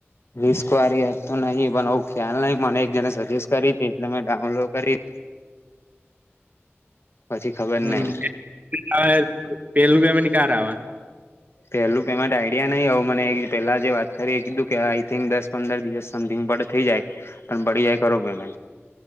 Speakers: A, on the left (about 65°); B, on the right (about 35°).
A: રિસ્ક વાળ એ તો નહી પણ ખ્યાલ નહ મને જેને સજેસ્ટ કરી તેને મે ડાઉનલોડ કરી પછી ખબર
B: હમ
A: નહી
B: પેલું કેમેને ક આવેવા
A: પેલું પ આઈડિયા નહિ હ મને પેલા જે વાત કરી એ કીધું કે આઈ થિંક દસ પંદર દિવસ સમિંગ બડ થઇ જાય પણ બડીી જાય ખો